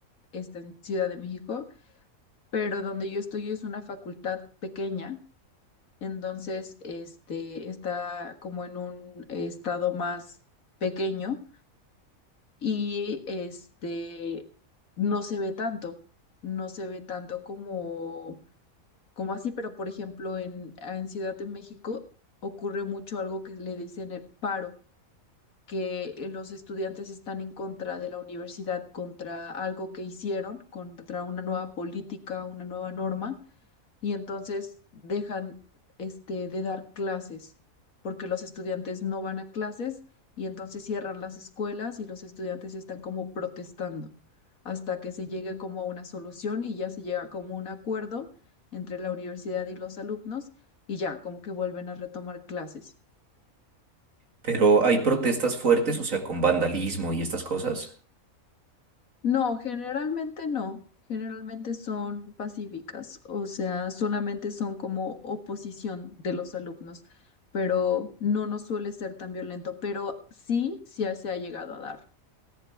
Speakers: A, on the left; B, on the right.
A: está en Ciudad de México, pero donde yo estoy es una facultad pequeña, entonces este, está como en un estado más pequeño y este, no se ve tanto, no se ve tanto como como así, pero por ejemplo en, en Ciudad de México ocurre mucho algo que le dicen el paro, que eh, los estudiantes están en contra de la universidad, contra algo que hicieron, contra una nueva política, una nueva norma y entonces dejan este, de dar clases porque los estudiantes no van a clases y entonces cierran las escuelas y los estudiantes están como protestando hasta que se llegue como a una solución y ya se llega como a un acuerdo entre la universidad y los alumnos y ya como que vuelven a retomar clases.
B: Pero hay protestas fuertes, o sea, con vandalismo y estas cosas.
A: No, generalmente no. Generalmente son pacíficas, o sea, solamente son como oposición de los alumnos, pero no nos suele ser tan violento, pero sí, sí ha- se ha llegado a dar.